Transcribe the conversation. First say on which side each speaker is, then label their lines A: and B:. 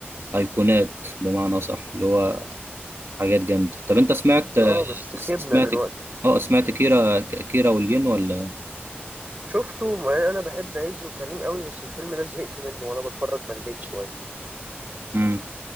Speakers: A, on the right; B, on the right.
A: أيقونات بمعنى صح اللي هو حاجات جامدة طب أنت سمعت
B: اه بس
A: سمعت
B: خيبنا دلوقتي
A: أه سمعت كيرة كيرة والجن ولا؟
B: شفته ما أنا بحب عز وكريم قوي بس الفيلم ده زهقت منه وأنا بتفرج مليت شوية
A: مم.